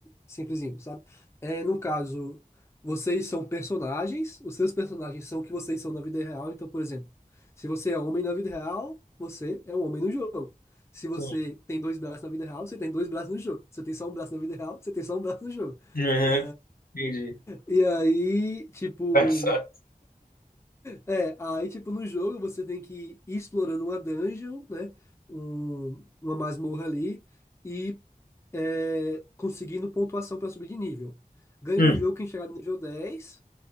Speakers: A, on the left; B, on the left.
A: simplesinho, sabe? É, no caso, vocês são personagens, os seus personagens são o que vocês são na vida real. Então, por exemplo, se você é homem na vida real, você é um homem no jogo. Se você
B: Sim.
A: tem dois braços na vida real, você tem dois braços no jogo. Se você tem só um braço na vida real, você tem só um braço no jogo.
B: Aham,
A: É,
B: entendi.
A: E aí, tipo,
B: Engraçado.
A: é, aí, tipo, no jogo você tem que ir explorando uma dungeon, né? Um, uma masmorra ali E é, conseguindo pontuação para subir de nível. Ganha
B: Hum.
A: o jogo quem chegar no nível 10,